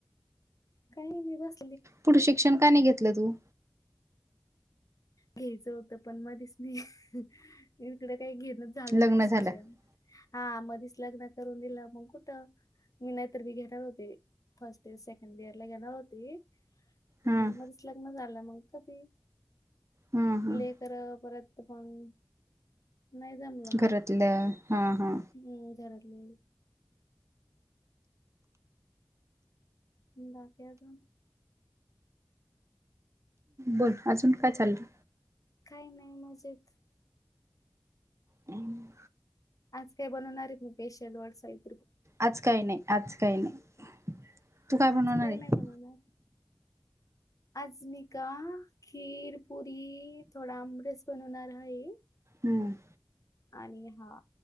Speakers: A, on the left; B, on the right.
A: काही नाही बस
B: पुढं शिक्षण का नाही घेतलं तू?
A: घ्यायचं होतं पण मधीच मी, हिकडं काय घेत नच झालं
B: लग्न
A: नाही शिक्षण,
B: झालं
A: हा मधीच लग्न करून दिलं मग कुठं मी नाहीतर बी घेणार होते, फर्स्ट इयर, सेकंड इयर ला घेणार होते. पण
B: हा
A: मग मधीच लग्न झालं, मग कधी?
B: हम्म हम्म
A: लेकरं परत मग नाही जमलं
B: घरातल्या
A: मग,
B: हा हा
A: हम्म, घरातले बाकी अजून?
B: बोल अजून काय चाललं?
A: काही नाही मजेत.
B: हम्म.
A: आज काय बनवणार आहे पेशल <unintelligible>
B: आज काही नाही, आज काही नाही. तू काय बनवणार
A: आज काही
B: आहे?
A: नाही बनवणार? आज मी का, खीर, पुरी थोडा आमरस बनवणार हाय.
B: हम्म.
A: आणि हा